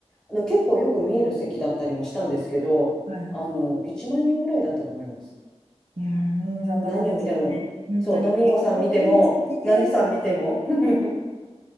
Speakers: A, in the centre; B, on the right.
A: あの結構よく見える席だったりもしたんですけど、
B: はい。
A: あの、1万円ぐらいだったと思います。
B: うん、そんなもんですよね。
A: 何を見ても、
B: 本当に。
A: そう、ドミンゴさん見ても、
B: 結構いい時期で、
A: 何さん見ても。<laughs>